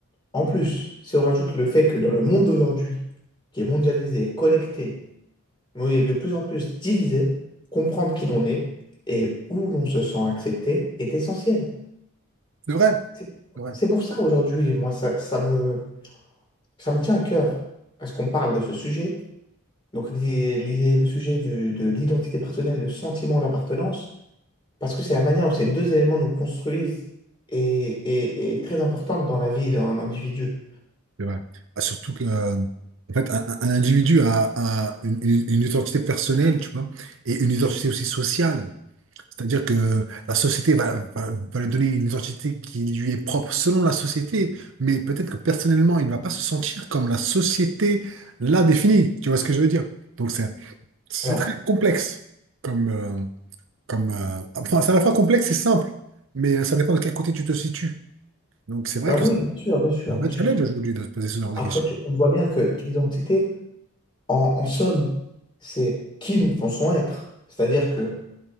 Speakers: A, on the left; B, on the right.
A: en plus, si on rajoute le fait que dans le monde d'aujourd'hui, qui est mondialisé, connecté, Oui, de plus en plus diviser, comprendre qui l'on est et où l'on se sent accepté est essentiel.
B: C'est vrai.
A: C'est
B: C'est vrai.
A: c'est pour ça aujourd'hui, moi, ça, ça me, ça me tient à cœur parce qu'on parle de ce sujet. Donc, l'idée- l'idée- le sujet du- de l'identité personnelle, le sentiment d'appartenance, parce que c'est la manière dont ces deux éléments nous construisent et, et- et très importante dans la vie d'un individu.
B: C'est vrai. Ah, surtout que euh, en fait, un, un- un individu a, a une, une- une identité personnelle, tu vois, et une identité aussi sociale. C'est-à-dire que la société va, va- va lui donner une identité qui lui est propre selon la société, mais peut-être que personnellement, il ne va pas se sentir comme la société l'a défini. Tu vois ce que je veux dire? Donc c'est c'est
A: Alors,
B: très complexe. Comme, euh, comme, euh, enfin, c'est à la fois complexe et simple, mais euh, ça dépend de quel côté tu te situes. Donc c'est vrai
A: alors
B: que
A: oui,
B: c'est
A: bien sûr, bien sûr,
B: un vrai
A: bien sûr.
B: challenge aujourd'hui de se poser ce genre de
A: Après,
B: questions.
A: tu- on voit bien que l'identité, En, en somme, c'est qui nous pensons être. C'est-à-dire que